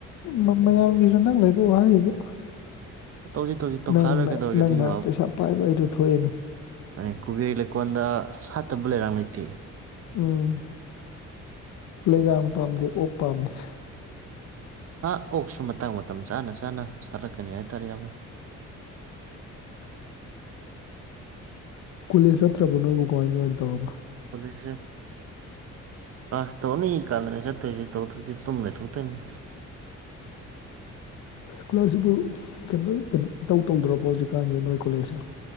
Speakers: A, on the left (about 75°); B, on the right (about 55°).
A: ꯃ-ꯃꯌꯥꯝꯒꯤꯁꯨ ꯅꯪ ꯂꯩꯔꯛꯑꯣ ꯍꯥꯏꯔꯤꯕ
B: ꯇꯧꯁꯤ ꯇꯧꯁꯤ ꯇꯧꯈꯥꯏꯔ
A: ꯅꯪꯅ-ꯅꯪꯅ
B: ꯂꯣꯏꯔꯦ ꯀꯩꯗꯧꯔꯒꯦ ꯑꯗꯨꯒꯤ
A: ꯄꯩꯁꯥ ꯄꯥꯏꯕ ꯍꯥꯏꯗꯨ ꯊꯣꯛꯑꯦꯅꯦ
B: ꯑꯩ ꯀꯨꯕꯦꯔꯒꯤ ꯂꯩꯀꯣꯜꯗ ꯁꯥꯠꯇꯕ ꯂꯩꯔꯥꯡ ꯂꯩꯇꯦ
A: ꯎꯝ ꯂꯩꯔꯥꯡ ꯄꯥꯝꯗꯦ ꯑꯣꯛ ꯄꯥꯝꯃꯤ ꯍꯥ
B: ꯍꯥ ꯑꯣꯛꯁꯨ ꯃꯇꯥꯡ ꯃꯇꯝ ꯆꯥꯅ ꯆꯥꯅ ꯁꯥꯠꯂꯛꯀꯅꯤ ꯍꯥꯏꯇꯥꯔꯦ ꯏꯌꯥꯝꯕ
A: ꯀꯣꯂꯦꯖ ꯆꯠꯇ꯭ꯔꯕ ꯅꯣꯏꯕꯨ ꯀꯃꯥꯏ ꯀꯃꯥꯏꯅ ꯇꯧꯔꯕ
B: ꯑꯁꯦ ꯀꯂꯥꯁ ꯇꯧꯅꯤ ꯀꯥꯟꯗꯅꯦ ꯆꯠꯇꯇꯩꯁꯤ ꯊꯧꯗ꯭ꯔꯗꯤ- ꯇꯨꯝ ꯂꯩꯊꯣꯛꯇꯣꯏꯅꯤ
A: ꯀ꯭ꯂꯥꯁꯁꯤꯕꯨ ꯀꯩꯅꯣ-ꯀꯩꯅꯣ ꯏꯇꯧ ꯇꯧꯗ꯭ꯔꯕꯣ ꯍꯧꯖꯤꯛꯀꯥꯟꯁꯦ ꯅꯣꯏ ꯀꯣꯂꯦꯖꯁꯦ